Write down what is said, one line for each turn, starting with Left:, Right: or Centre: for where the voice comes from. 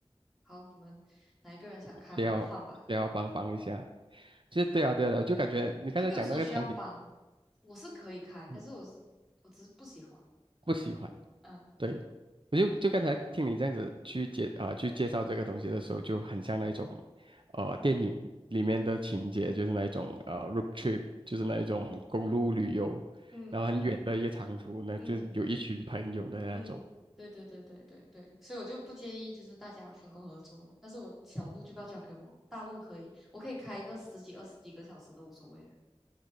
Centre: 好，你们哪一个人想开，
Right: 也要也要帮帮一下，
Centre: 我们换吧。
Right: 其实对啊对啊对啊，就感觉你刚才讲那个场景，
Centre: 也没有说需要帮，我是可以开，
Right: 嗯，
Centre: 但是我是我只是不喜欢。
Right: 不喜欢。
Centre: 嗯
Right: 对，我就就刚才听你这样子去介啊、呃去介绍这个东西的时候，就很像那种呃电影里面的情节，就是那一种呃 road trip，就是那一种公路旅游，
Centre: 嗯
Right: 然后很远的一个长途，那就是有一群朋友的那种。
Centre: 嗯。嗯，对对对对对对，所以我就不介意，就是大家分工合作，但是我小路就不要交给我，大路可以，我可以开一个十几、二十几个小时都无所谓的。